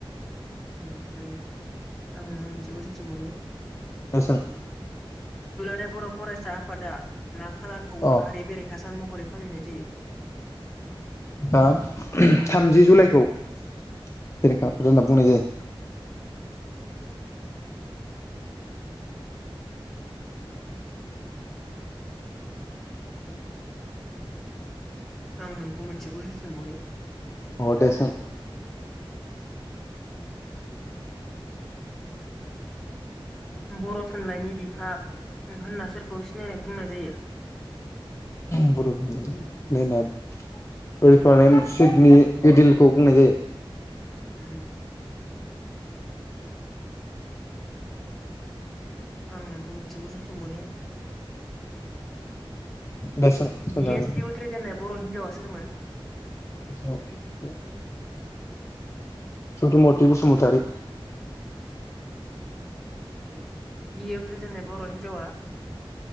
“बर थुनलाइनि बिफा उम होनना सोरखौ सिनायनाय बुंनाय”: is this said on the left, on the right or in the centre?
Centre